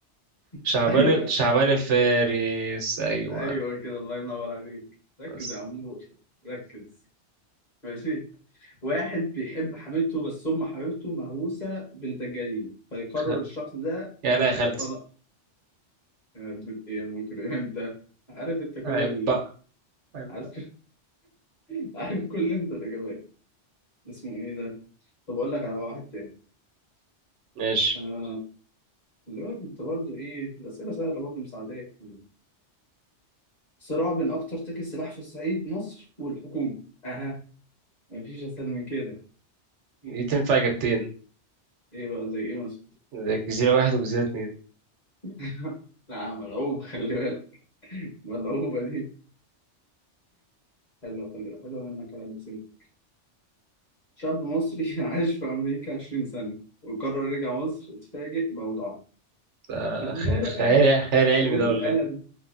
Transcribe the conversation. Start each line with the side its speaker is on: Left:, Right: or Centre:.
Left: <laughs>
Right: شعبان
Left: ايوه
Right: ال- شعبان الفارس ايوه
Left: ايوه كده الله ينور عليك ركز
Right: بس
Left: يا عمور ركز ماشي واحد بيحب حبيبته بس أم حبيبته مهووسة بالدجالين فيقرر
Right: خ-
Left: الشخص ده
Right: يعني
Left: ي-
Right: يا خالتي
Left: يطلق يا رب- إيه يا مجرم <laughs> أنت عارف أنت كل
Right: عيب
Left: ال...
Right: بقى عيب
Left: عارف
Right: بقى
Left: <laughs> عارف كل أنت الإجابات اسمه إيه ده؟ طب أقول لك على واحد تاني
Right: ماشي
Left: آه. اللي بالك انت برضه ايه الاسئله سهله برضه مساعداك يعني. صراع بين اكتر تاجر سلاح في الصعيد مصر والحكومه اها مفيش اسهل من كده مم.
Right: دي تنفع اجابتين
Left: ايه بقى زي ايه مثلا
Right: ده جزيرة واحد وجزيرة اتنين
Left: <laughs> لا ملعوب خلي بالك ملعوبه دي حلوه خلي بالك حلوه منك على قد سنك شاب مصري <laughs> عاش في امريكا 20 سنه وقرر يرجع مصر اتفاجئ بوضعها
Right: ده
Left: بالورقه
Right: خ- خيال خيال علمي
Left: والقلم
Right: ده ولا ايه